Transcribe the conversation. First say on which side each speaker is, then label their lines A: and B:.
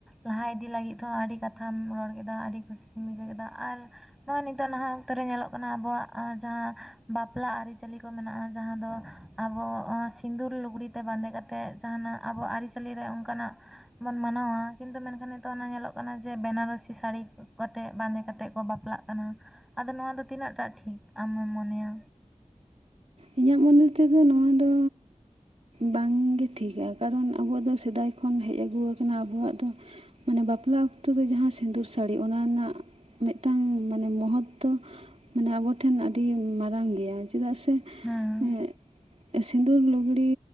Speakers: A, in the centre; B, on the right.
A: ᱞᱟᱦᱟ ᱤᱫᱤ ᱞᱟᱹᱜᱤᱫ ᱦᱚᱸ ᱟᱹᱰᱤ ᱠᱟᱛᱷᱟᱢ ᱨᱚᱲ ᱠᱮᱫᱟ ᱟᱹᱰᱤ ᱠᱩᱥᱤ ᱤᱧ ᱵᱩᱡᱷᱟᱹᱣ ᱠᱮᱫᱟ ᱟᱨ ᱱᱚᱜᱼᱚᱸᱚᱭ ᱱᱤᱛᱚᱜ ᱱᱟᱦᱟᱜ ᱚᱠᱛᱚ ᱨᱮ ᱧᱮᱞᱚᱜ ᱠᱟᱱᱟ ᱟᱵᱚᱣᱟᱜ ᱡᱟᱦᱟᱸ ᱵᱟᱯᱞᱟ ᱟᱹᱨᱤᱪᱟᱹᱞᱤ ᱠᱚ ᱢᱮᱱᱟᱜᱼᱟ ᱡᱟᱦᱟᱸ ᱫᱚ ᱟᱵᱚ ᱥᱤᱸᱫᱩᱨ ᱞᱩᱜᱽᱲᱤᱛᱮ ᱵᱟᱸᱫᱮ ᱠᱟᱛᱮᱜ ᱡᱟᱦᱟᱱᱟᱜ ᱟᱵᱚ ᱟᱹᱨᱤᱪᱟᱹᱞᱤ ᱨᱮ ᱚᱱᱠᱟᱱᱟᱜ, ᱵᱚᱱ ᱢᱟᱱᱟᱣᱟ ᱠᱤᱱᱛᱩ ᱢᱮᱱᱠᱷᱟᱱ ᱱᱤᱛᱚᱜ ᱚᱱᱟ ᱧᱮᱞᱚᱜ ᱠᱟᱱᱟ ᱡᱮ ᱵᱮᱱᱟᱨᱚᱥᱤ ᱥᱟᱹᱲᱤ ᱠᱟᱛᱮᱫ ᱵᱟᱸᱫᱮ ᱠᱟᱛᱮᱫ ᱠᱚ ᱵᱟᱯᱞᱟᱜ ᱠᱟᱱᱟ᱾ ᱟᱫᱚ ᱱᱚᱣᱟ ᱫᱚ ᱛᱤᱱᱟᱹᱜ ᱴᱟᱜ ᱴᱷᱤᱠ ᱟᱢᱮᱢ ᱢᱚᱱᱮᱭᱟ
B: ᱤᱧᱟᱹᱜ ᱢᱚᱱᱮ ᱛᱮᱫᱚ ᱱᱚᱣᱟ ᱫᱚ ᱵᱟᱝᱜᱮ ᱴᱷᱤᱠᱟ ᱠᱟᱨᱚᱱ ᱟᱵᱚ ᱫᱚ ᱥᱮᱫᱟᱭ ᱠᱷᱚᱱ ᱦᱮᱡ ᱟᱹᱜᱩ ᱟᱠᱟᱱᱟ ᱟᱵᱚᱣᱟᱜ ᱫᱚ, ᱢᱟᱱᱮ ᱵᱟᱯᱞᱟ ᱚᱠᱛᱚ ᱫᱚ ᱡᱟᱦᱟᱸ ᱥᱤᱸᱫᱩᱨ ᱥᱟᱹᱲᱤ ᱚᱱᱟ ᱨᱮᱱᱟᱜ ᱢᱤᱫᱴᱟᱝ ᱢᱟᱱᱮ ᱢᱚᱦᱚᱛᱛᱚ ᱢᱟᱱᱮ ᱟᱵᱚᱴᱷᱮᱱ ᱟᱹᱰᱤ ᱢᱟᱨᱟᱝ ᱜᱮᱭᱟ ᱪᱮᱫᱟᱜ ᱥᱮ ᱮᱸᱜ
A: ᱦᱮᱸ
B: ᱥᱤᱸᱫᱩᱨ ᱞᱩᱜᱽᱲᱤ